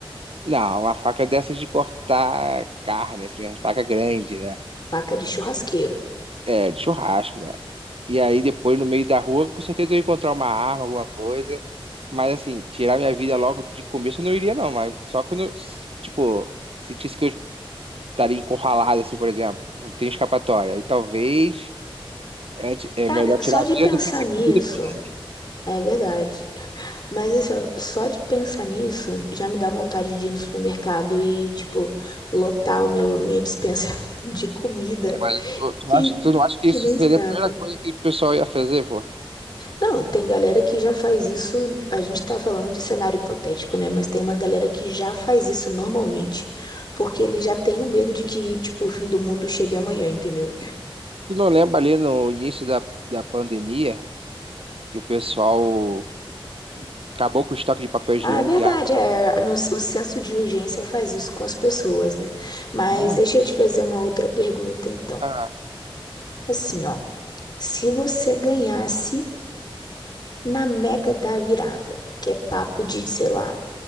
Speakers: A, on the right (about 80°); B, on the left (about 45°).
A: não, uma faca dessas de cortar carne, assim, uma faca grande, né?
B: faca de churrasqueiro.
A: É, de churrasco, né? E aí depois no meio da rua, com certeza eu ia encontrar uma arma, alguma coisa. Mas assim, tirar minha vida logo de começo eu não iria não, mas só quando, eu, tipo, sentisse que eu estaria encurralado, assim, por exemplo, não tem escapatória. Aí talvez é anti- é
B: Cara,
A: melhor
B: só
A: tirar
B: de
A: a vida
B: pensar
A: do que ser
B: nisso,
A: comida por zumbi.
B: é verdade. Mas assim, ó, só de pensar nisso já me dá vontade de ir no supermercado e, tipo, lotar o meu, minha dispensa <laughs> de comida
A: É, mas tu, tu,
B: que,
A: não acha, tu não acha que
B: que
A: isso
B: não
A: seria
B: estraga.
A: a primeira coisa que o pessoal ia fazer, pô?
B: Não, tem galera que já faz isso. A gente tá falando de cenário hipotético, né? Mas tem uma galera que já faz isso normalmente, porque ele já tem o medo de que, tipo, o fim do mundo chegue amanhã, entendeu?
A: Tu não lembra ali no início da, da pandemia que o pessoal acabou com o estoque de papel higiênico
B: Ah, é verdade,
A: e água?
B: é, no- o senso de urgência faz isso com as pessoas, né? Mas
A: Aham.
B: deixa eu te fazer uma outra pergunta, então.
A: Ah,
B: Assim, ó. Se você ganhasse na Mega da Virada, que é papo de, sei lá,